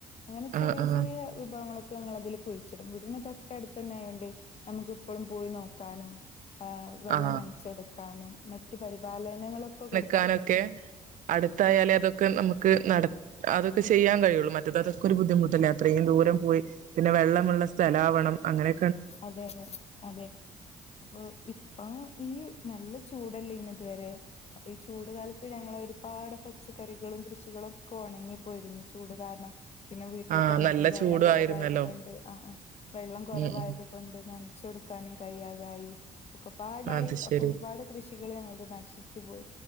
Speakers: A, on the left (about 45°); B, on the right (about 65°).
A: അങ്ങനെ ചെറിയ
B: ആ ആ
A: ചെറിയ വിഭവങ്ങളൊക്കെ ഞങ്ങൾ അതില് കുഴിച്ചിടും വീടിന് തൊട്ടടുത്തന്നെ ആയൊണ്ട് നമ്മക്ക് ഇപ്പോളും പോയി നോക്കാനും ആ വെള്ളം
B: ആ
A: നനച്ചൊടുക്കാനും മറ്റ് മറ്റ് പരിപാലനങ്ങളൊക്കെകൊട്
B: കാനൊക്കെ അട്ത്തായാല് അതൊക്കെനമുക്ക്നട അതൊക്കെ ചെയ്യാൻ കഴിയുള്ളമറ്റത് അതൊക്കെഒരുബുദ്ധിമുട്ടല്ലേ അത്രയുംദൂരംപോയി പിന്നെ വെള്ളമുള്ള സ്തലാവണം അങ്ങനെ
A: അതെ അതെ പ്പൊഇപ്പൊ ഈ നല്ല ചൂടല്ലേയ്നി ഇത് വരെ അപ്പൊ ഈ ചൂട് കാലത്ത് ഞങ്ങളെ ഒരുപാട് പച്ചക്കറികളും കൃഷികളും ഒക്കെ ഉണങ്ങിപ്പോയിരുന്നു ചൂട് കാരണം പിന്നെ വീട്ടിലെ
B: ആഹ്
A: കിണറ്റിൽ
B: നല്ല
A: വെള്ളം
B: ചൂടു
A: കൊറവായത്
B: ആയിരുന്നല്ലോ
A: കൊണ്ട് ആഹ അഹ വെള്ളം കൊറ
B: ഉം ഉം
A: കൊണ്ട് നനചൊട്ക്കാനും കയ്യാതായി ഒക്കെപാടായി
B: അത് ശരി
A: അപ്പൊ ഒരുപാട് കൃഷികള് ഞങ്ങളത് നശിച്ച് പോയി